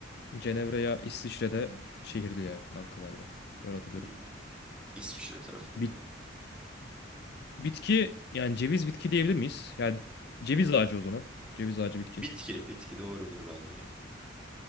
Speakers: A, on the left; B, in the centre.
A: Cenevre ya İsviçre'de şehirdi ya kanka galiba. Öyle hatırlıyorum.
B: Hı hı. İsviçre tarafında.
A: Bit- bitki yani ceviz bitki diyebilir miyiz? Yani ceviz ağacı o zaman. Ceviz ağacı bitki.
B: Bitki. Bitki doğrudur bence.